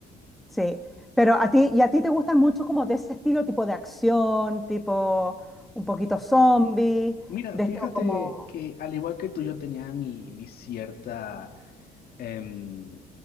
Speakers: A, in the centre; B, on the left.
A: Sí, pero a ti, y a ti te gustan mucho como de ese estilo, tipo de acción, tipo un poquito zombie,
B: Mira,
A: de
B: fíjate
A: esto como,
B: que al igual que tú, yo tenía mi, mi cierta, em,